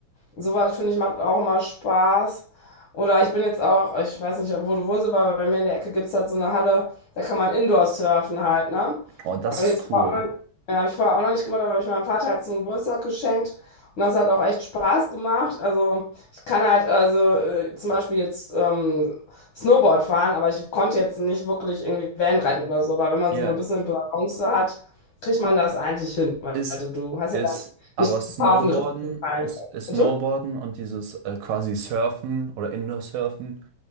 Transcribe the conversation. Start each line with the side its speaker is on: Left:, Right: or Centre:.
Left: Sowas finde ich macht auch immer Spaß. Oder ich bin jetzt auch, ich weiß nicht, wo du wohnst, aber bei mir in der Ecke gibt es halt so eine Halle, da kann man Indoor surfen halt, ne?
Right: Oh, das
Left: Habe
Right: ist
Left: ich jetzt vorher
Right: cool.
Left: auch noch, ja, hab ich vorher auch noch nicht gemacht, aber habe ich meinem Vater halt zum Geburtstag geschenkt. Und das hat auch echt Spaß gemacht. Also ich kann halt, also äh, zum Beispiel jetzt ähm, Snowboard fahren, aber ich konnte jetzt nicht wirklich irgendwie Wellenreiten oder so. Aber wenn man
Right: Ja.
Left: so ein bisschen Balance hat, kriegt man das eigentlich hin. Weil
Right: Ist,
Left: du, du hast
Right: ist,
Left: ja dann
Right: aber
Left: nicht die
Right: Snowboarden,
Left: Gefahr, auf den Riss zu fallen.
Right: ist, ist
Left: Bitte?
Right: Snowboarden und dieses äh, quasi Surfen oder Indoor-Surfen